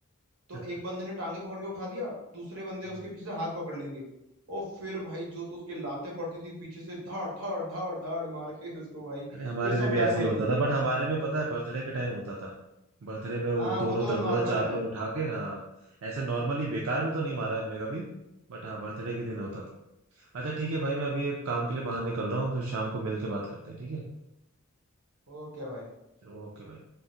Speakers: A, on the right (about 90°); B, on the right (about 70°).
A: तो
B: <laughs>
A: एक बंदे ने टांगे पकड़ के उठा दिया दूसरे बंदे
B: हम्म।
A: उसके पीछे से हाथ पकड़ लेंगे और फिर भाई जो तो उसके लाते पड़ती थी पीछे से धाड़ धाड़ धाड़ धाड़ मार के उसको भाई
B: अरे हमारे
A: फिर सब
B: में भी
A: गायब
B: ऐसे
A: हो
B: ही
A: जाते
B: होता
A: थे
B: था बट हमारे में पता है बर्थडे के टाइम होता था बर्थडे में वो
A: हाँ
B: दोनों
A: वो तो
B: तरफ
A: नॉर्मल
B: मतलब चार
A: है
B: लोग उठा के हाँ ऐसे नॉर्मली बेकार में तो नहीं मारा है हमने कभी बट हाँ बर्थडे के दिन होता था अच्छा ठीक है भाई मैं अभी एक काम के लिए बाहर निकल रहा हूँ फिर शाम को मिल के बात करते हैं ठीक
A: ओके भाई
B: है ओके भाई